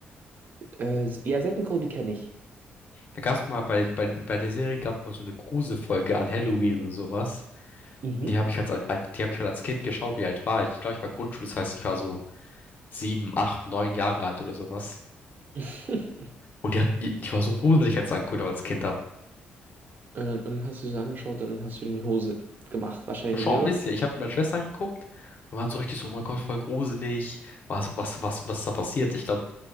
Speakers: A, on the right (about 50°); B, on the left (about 45°).
A: Äh, ja, Zack und Cody kenne ich.
B: Da gab es mal bei, bei, bei der Serie gab es mal so eine Gruselfolge an Halloween oder sowas.
A: Mhm.
B: Und Die habe ich als, als die habe ich halt als Kind geschaut, wie alt war ich? Ich glaube, ich war Grundschule, das heißt, ich war so sieben, acht, neun Jahre alt oder sowas.
A: <laughs>
B: Und die hat, die, die war so gruselig, als ich angeguckt habe als Kind hab.
A: Und dann, und dann hast du sie so angeschaut und dann hast du dir in die Hose gemacht, wahrscheinlich,
B: Schon
A: oder?
B: ein bisschen. Ich habe mit meiner Schwester angeguckt und waren so richtig so, oh mein Gott, voll gruselig. Was, was, was, was ist da passiert? Ich glaube,